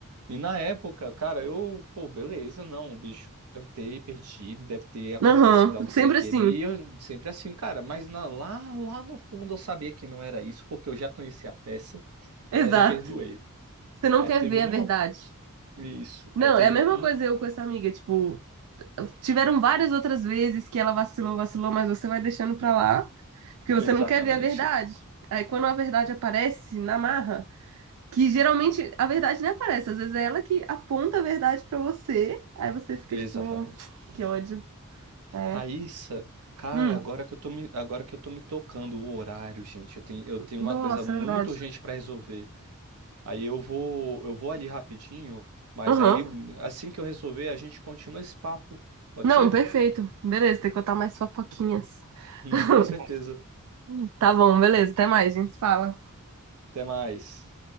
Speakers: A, on the right; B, on the right.
A: e na época, cara, eu, pô, beleza, não, o bicho deve ter perdido, deve ter acontecido
B: Aham,
A: algo
B: sempre
A: sem querer.
B: assim,
A: E eu sempre assim, cara, mas na- lá, lá no fundo eu sabia que não era isso, porque eu já conhecia a peça,
B: exato.
A: mas eu perdoei.
B: Você não
A: Aí
B: quer
A: teve
B: ver
A: um,
B: a verdade.
A: isso,
B: Não,
A: aí teve
B: é a mesma
A: um,
B: coisa eu com essa amiga, tipo, tiveram várias outras vezes que ela vacilou, vacilou, mas você vai deixando pra lá, porque você
A: exatamente,
B: não quer ver a verdade. Aí quando a verdade aparece na marra, que geralmente a verdade nem aparece, às vezes é ela que aponta a verdade pra você, aí você fica
A: exatamente.
B: tipo, que ódio. É.
A: Raíssa, cara,
B: Hum,
A: agora que eu tô me, agora que eu tô me tocando o horário, gente, eu tenho, eu tenho
B: nossa,
A: uma coisa muito
B: é verdade.
A: urgente pra resolver. Aí eu vou, eu vou ali rapidinho, mas
B: Aham.
A: aí assim que eu resolver, a gente continua esse papo. Pode
B: Não,
A: ser?
B: perfeito. Beleza, tem que contar mais fofoquinhas.
A: Hum,
B: <laughs>
A: com certeza.
B: Tá bom, beleza, até mais, a gente se fala.
A: Até mais.